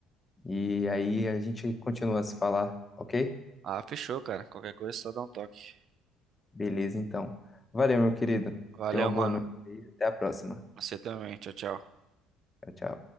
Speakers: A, on the left; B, on the right.
A: e aí a gente continua a se falar, ok?
B: Ah, fechou, cara. Qualquer coisa, é só dá um toque.
A: Beleza, então. Valeu, meu querido.
B: Valeu,
A: Tenha uma
B: mano.
A: boa noite e até a próxima.
B: Você também. Tchau, tchau.
A: Tchau, tchau.